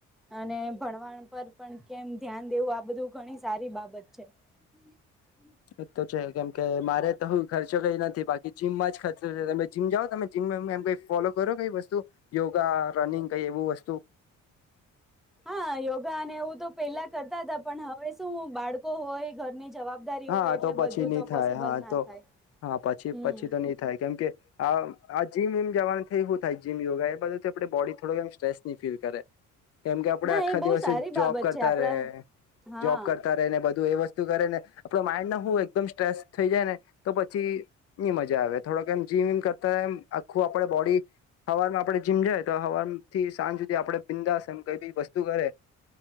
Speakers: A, in the centre; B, on the left (about 55°).
A: અને ભણવાણ પર પણ કેમ ધ્યાન દેવું આ બધું ઘણી સારી બાબત <unintelligible>
B: એ તો છે કેમ કે મારે તો હું ખર્ચો કઈ નથી બાકી કે જીમ માં જ ખતરો છે તમે જીમ જાઓ તમે જીમ એમ કઈ ફોલો કરો કઈ વસ્તુ યોગા રનિંગ કઈ એવું વસ્તુ
A: હા યોગા અને એવું તો પેલા કરતા હતા પણ હવે શું બાળકો હોય ઘરની જવાબદારી
B: હા
A: હોય એટલે
B: તો પછી
A: બધું
B: નહી
A: તો
B: થાય
A: પોસિબલ
B: હા
A: ના
B: તો
A: થાય
B: હા પછી
A: હમ
B: પછી તો નહી થાય કેમ કે આ આ જીમ વમ જવાનું થઈ શું થાય જીમ યોગા એ બધુંથી આપણે બોડી થોડોક એમ સ્ટ્રેસ ની ફીલ કરે કેમ કે આપડે
A: ના
B: આખા
A: એ બહુ
B: દિવસે
A: સારી બાબત
B: જોબ કરતા
A: છે આપડા
B: રે
A: હા
B: જોબ કરતા રને બધું એ વસ્તુ કરે ને આપડ માઇન્ડ ના હું એકદમ સ્ટ્રેસ થઈ જાય ને તો પછી ની મજા આવે થોડોક એમ જીમ વમ કરતા આખું આપે બોડી હવારમાં આપણે જીમ જાય તો હવારથી સાંજ સુધી આપે બિંદાસમ ક વસ્તુ કરે